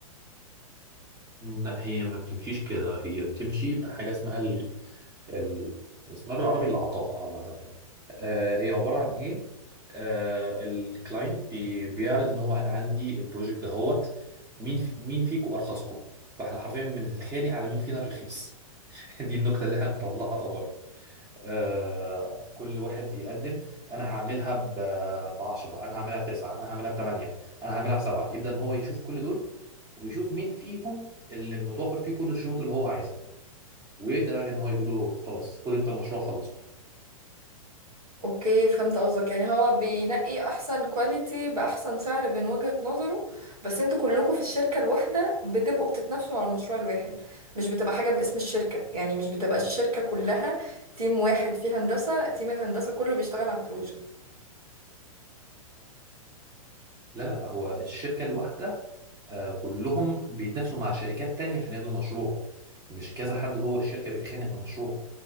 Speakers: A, on the right; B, on the right.
A: لا هي ما بتمشيش كده هي بتمشي بحاجه اسمها ال... ال... اسمها بالعربي العطاء عامه آه هي عباره عن ايه آه الكلاينت بي... بيعرض ان هو انا عندي البروجكت دهوت مين في... مين فيكم ارخصكم فاحنا حرفيا بنتخانق على مين فينا الرخيص <laughs> دي النكته اللي احنا مطلعها طوالي آه، كل واحد بيقدم انا هعملها ب 10 انا هعملها بتسعة انا هعملها بثمانية انا هعملها بسبعة يبدا ان هو يشوف كل دول ويشوف مين فيهم اللي متوفر فيه كل الشروط اللي هو عايزها ويبدا بقى ان هو يقول له خلاص خد انت المشروع خلصه
B: اوكي فهمت قصدك يعني هو بينقي احسن كواليتي باحسن سعر من وجهة نظره بس انتوا كلكم في الشركة الواحدة بتبقوا بتتنافسوا على المشروع الواحد مش بتبقى حاجة باسم الشركة يعني مش بتبقى الشركة كلها تيم واحد في هندسة تيم الهندسة كله بيشتغل على البروجكت
A: لا لا هو الشركه الواحده آه، كلهم بيتنافسوا مع شركات تانية عشان ياخدوا المشروع مش كذا حد جوه الشركه بيتخانق على المشروع